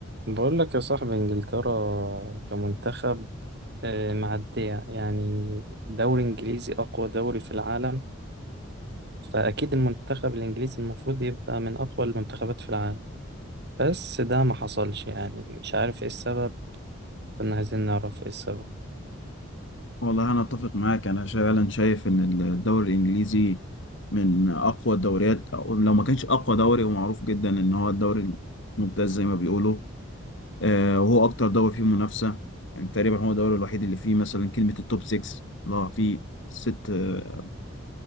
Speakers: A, on the right; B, on the left.
A: بقول لك يا صاحبي انجلترا كمنتخب آه، معدية يعني دوري انجليزي اقوى دوري في العالم فاكيد المنتخب الانجليزي المفروض يبقى من اقوى المنتخبات في العالم بس ده ما حصلش يعني مش عارف ايه السبب كنا عايزين نعرف ايه السبب
B: والله أنا أتفق معاك أنا فعلا شايف إن الدوري الإنجليزي من أقوى الدوريات أو لو ما كانش أقوى دوري هو معروف جدا إن هو الدوري الممتاز زي ما بيقولوا آه وهو أكتر دوري فيه منافسة يعني تقريبا هو الدوري الوحيد اللي فيه مثلا كلمة التوب 6 اللي هو فيه ست آه